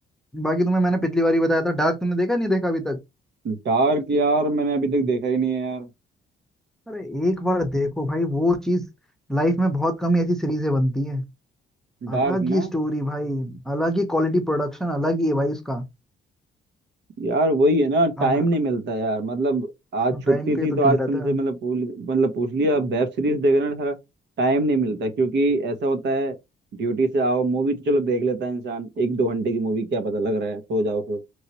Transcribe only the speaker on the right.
डार्क यार मैंने अभी तक देखा ही नहीं है यार
डार्क
ना
यार वही है ना टाइम
नहीं मिलता यार मतलब आज छुट्टी
थी
तो आज
तुमसे
मतलब पूछ मतलब पूछ लिया वेब सीरीज देखना सारा टाइम नहीं मिलता क्योंकि ऐसा होता है ड्यूटी से आओ मूवी तो चलो देख लेता है इंसान एक दो घंटे की मूवी क्या पता लग रहा है सो जाओ फिर